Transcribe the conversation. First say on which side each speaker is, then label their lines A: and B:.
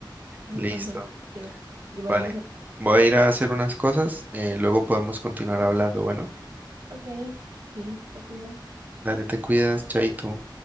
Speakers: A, on the right; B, on the right.
A: ¿no?
B: Listo,
A: cuando quiera. Y Bueno,
B: vale.
A: <laughs>
B: Voy a ir a hacer unas cosas, eh, luego podemos continuar hablando. Bueno,
A: ok, sí, te cuidas.
B: dale, te cuidas, chaito.